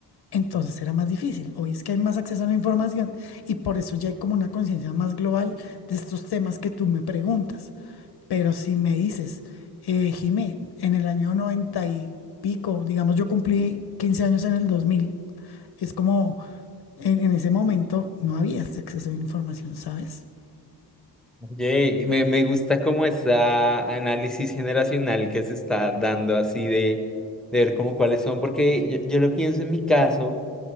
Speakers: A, on the left; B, in the centre.
A: entonces era más difícil. Hoy es que hay más acceso a la información y por eso ya hay como una conciencia más global de estos temas que tú me preguntas. Pero si me dices, eh, Jimé, en el año 90 y pico, digamos, yo cumplí 15 años en el 2000. es como en, en ese momento no había este acceso a la información, ¿sabes?
B: Oye, me, me gusta como esta análisis generacional que se está dando así de, de ver como cuáles son, porque yo, yo lo pienso en mi caso.